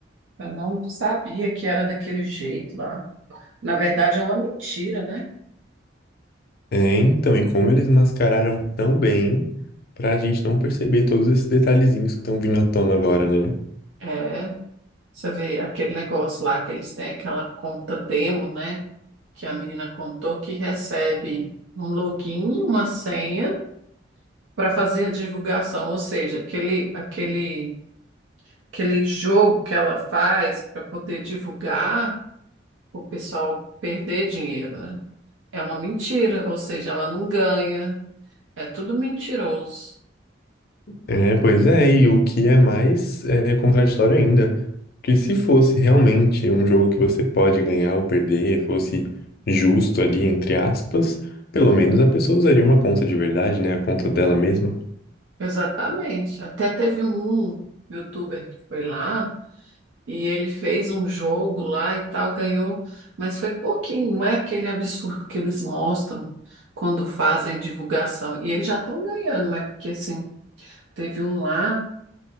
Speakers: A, on the right; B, on the left.
A: Eu não sabia que era daquele jeito lá. Na verdade, é uma mentira, né?
B: É, então, e como eles mascararam tão bem pra gente não perceber todos esses detalhezinhos que estão vindo à tona agora, né?
A: É, você vê aquele negócio lá que eles têm aquela conta demo, né? Que a menina contou que recebe um login, e uma senha para fazer a divulgação, ou seja, aquele, aquele aquele jogo que ela faz para poder divulgar, o pessoal perder dinheiro, né? É uma mentira, ou seja, ela não ganha. É tudo mentiroso.
B: É, pois é, e o que é mais é, contraditório ainda, que se fosse realmente um jogo que você pode ganhar ou perder, fosse justo ali, entre aspas, pelo menos a pessoa usaria uma conta de verdade, né? A conta dela mesma.
A: Exatamente. Até teve um youtuber que foi lá e ele fez um jogo lá e tal, ganhou, mas foi pouquinho, não é aquele absurdo que eles mostram quando fazem a divulgação. E eles já estão ganhando, é Porque assim, teve um lá.